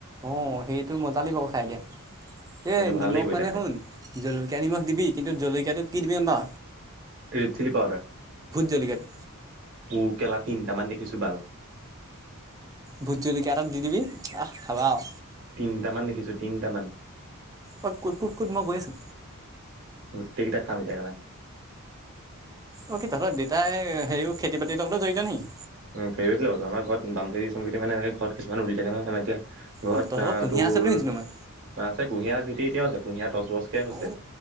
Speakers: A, on the right; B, on the right.
A: অহ সেইটো মজা লাগিব খাই দিয়া এই
B: কিন্তু
A: নিমখ
B: ভাল লাগিব এতিয়া
A: মানে
B: খাই
A: শুন। জলকীয়া নিমখ দিবি কিন্তু জলকীয়াটো কি দিবি বা।
B: ৰেড চিলি পাউদাৰ
A: জলকীয়াটো
B: উম কেলা তিনিটামান দেখিছোঁ ভাল।
A: ভোট জলকীয়া এটাত দি দিবি আহ খাবা আও
B: তিনিটামান দেখিছোঁ তিনিটামান।
A: অহ কুত কুত কুত মই গৈ আছো।
B: গোটেইকেইটা খাম এতিয়া কেলা।
A: অহ কি তহৰ দেউতাই হেৰিও খেতি বাতিৰ লগত জড়িত নেকি।
B: উম ফেভট লওো আমাৰ ঘৰত বাম খেতি চম <unintelligible> খেতি মানেনেকে ঘৰত কিছুমান উৰি থাক নহয়ম এতিয়া ঘৰত
A: অ তহঁতৰ ঘৰত কুঁহিয়াৰ
B: তোৰ
A: আছে বুলি শুনিছিলোঁ মই
B: আছে কুঁহিয়াৰ খেতি এতিয়াও আছে কুঁহিয়াৰ দচবছকে হৈছে।
A: অ